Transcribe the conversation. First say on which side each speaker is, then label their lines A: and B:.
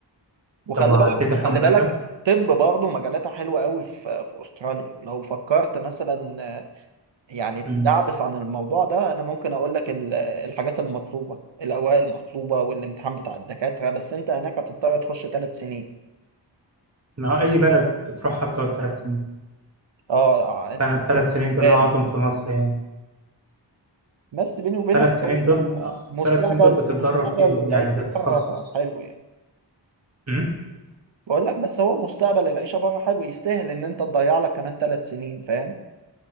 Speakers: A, on the right (about 75°); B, on the right (about 35°).
A: وخلي
B: طب وعديت
A: بالك
B: الحمد
A: خلي بالك
B: لله
A: طب برضه مجالاتها حلوة قوي في في أستراليا لو فكرت مثلا آه، يعني تدعبس
B: امم
A: عن الموضوع ده أنا ممكن أقول لك ال- الحاجات المطلوبة الأوراق المطلوبة والامتحان بتاع الدكاترة بس أنت هناك هتضطر تخش ثلاث سنين
B: ما هو اي بلد بتروحها بتقعد ثلاث سنين
A: أه آه، أنتوا
B: فانا الثلاث سنين
A: إجباري
B: دول هقعدهم في مصر يعني
A: بس بيني وبينك
B: ثلاث سنين
A: هو
B: دول
A: آه، مستقبل
B: الثلاث سنين دول بتتدرب
A: مستقبل
B: فيهم
A: العيشة
B: يعني للتخصص
A: بره حلو يعني
B: أمم.
A: بقول لك بس هو مستقبل العيشة بره حلو يستاهل إن أنت تضيع لك كمان ثلاث سنين فاهم؟